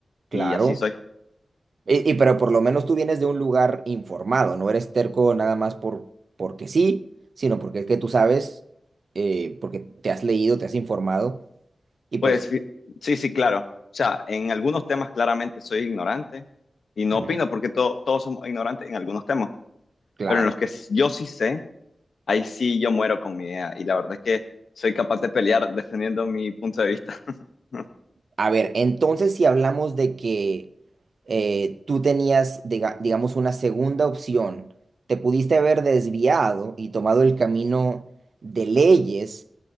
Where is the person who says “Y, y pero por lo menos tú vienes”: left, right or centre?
Right